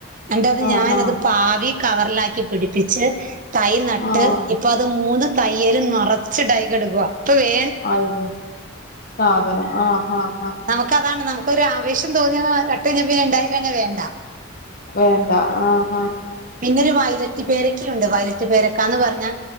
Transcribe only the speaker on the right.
അന്നിട്ടത്
ഞാൻ
അത് പാവി കവറിലാക്കി പിടിപ്പിച്ച് തൈ നട്ട്
ഇപ്പൊ അത് മൂന്ന് തയ്യേലും നറച്ച്ണ്ടായി കടക്കാ ഇപ്പൊ വേ
നമുക്കതാണ് നമുക്കൊരാവേശം തോന്നിയ നട്ടഴിഞ്ഞാ പിന്നെണ്ടായി കഴിഞ്ഞാവേണ്ട
പിന്നൊരു വയലെറ്റ് പേരക്കയുണ്ട് വയലറ്റ് പേരക്കാന്ന് പറഞ്ഞാ